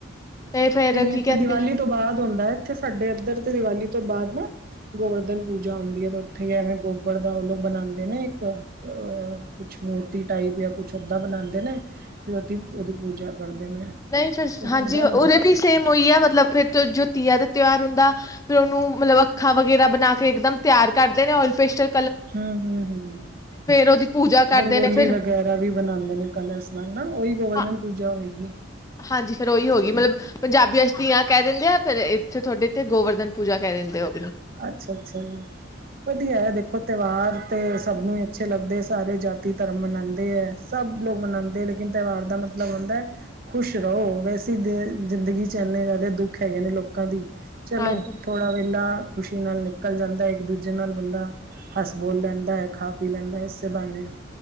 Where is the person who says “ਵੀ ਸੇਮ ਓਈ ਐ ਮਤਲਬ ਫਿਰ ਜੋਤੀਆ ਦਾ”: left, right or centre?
Left